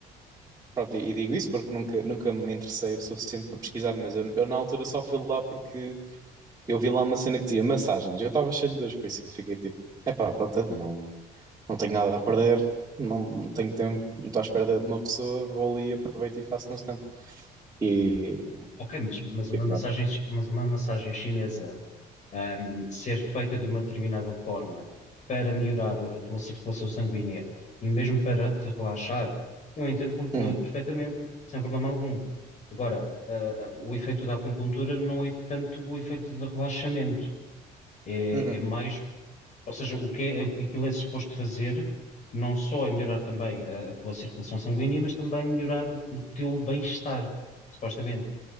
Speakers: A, on the right; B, on the left.
A: Pronto, e e digo isso porque nunca, nunca me interessei o suficiente para pesquisar, mas eu, eu na altura só fui lá porque eu vi lá uma cena que dizia massagens. Eu estava cheio de dores, por isso eu fiquei tipo, epá, pronto, olha, não, não tenho nada a perder, não não tenho tempo, não estou à espera de uma pessoa, vou ali, aproveito e faço no stand. E,
B: Ok, mas, mas uma
A: e pronto.
B: massagem, mas uma massagem chinesa, ahm, ser feita de uma determinada forma para melhorar o- a tua circulação sanguínea e mesmo para te relaxar, eu entendo com-
A: Uhum,
B: eh, perfeitamente, sem problema algum. Agora, ah, ah, o efeito da acupuntura não é tanto o efeito de relaxamento, é,
A: uhum,
B: é mais Ou seja, o que é, o que aquilo é suposto fazer não só é melhorar também a, a tua circulação sanguínea, mas também melhorar o, o teu bem-estar, supostamente.